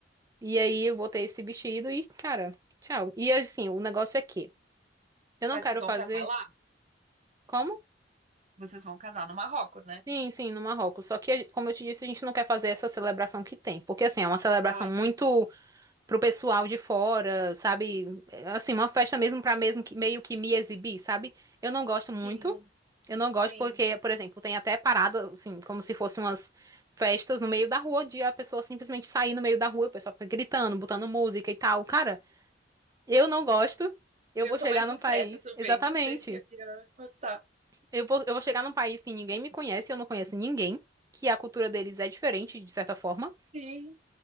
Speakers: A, on the right; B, on the right.
A: E aí eu vou ter esse vestido e, cara, tchau. E assim, o negócio é que eu não
B: Mas
A: quero
B: vocês vão
A: fazer
B: casar lá?
A: como?
B: Vocês vão casar no Marrocos, né?
A: Sim, sim, no Marrocos. Só que, como eu te disse, a gente não quer fazer essa celebração que tem, porque assim, é uma celebração
B: Ah, entendi.
A: muito pro pessoal de fora, sabe? Assim, uma festa mesmo pra mesmo que meio que me exibir, sabe? Eu não gosto
B: Sim,
A: muito. Eu não
B: sim.
A: gosto porque, por exemplo, tem até parada, assim, como se fossem umas festas no meio da rua, onde a pessoa simplesmente sair no meio da rua, o pessoal fica gritando, botando música e tal. Cara, eu não gosto. Eu
B: Eu
A: vou
B: sou
A: chegar
B: mais
A: num
B: discreta
A: país,
B: também.
A: exatamente.
B: Não sei se eu ia gostar.
A: Eu vou, eu vou chegar num país que ninguém me conhece, eu não conheço ninguém, que a cultura deles é diferente, de certa forma.
B: Sim,